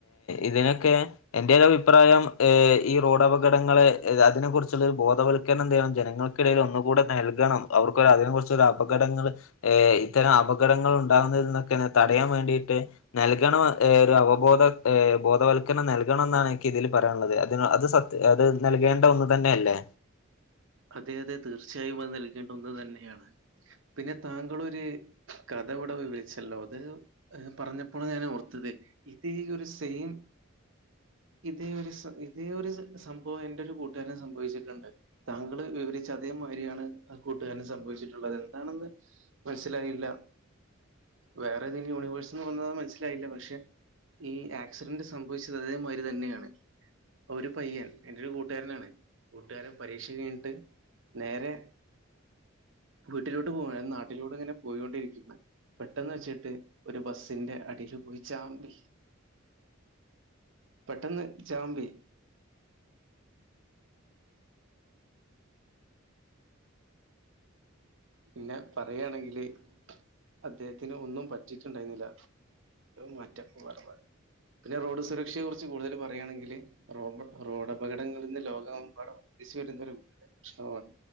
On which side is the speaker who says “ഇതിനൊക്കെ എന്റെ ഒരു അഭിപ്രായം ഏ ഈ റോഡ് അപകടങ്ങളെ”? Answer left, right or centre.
Left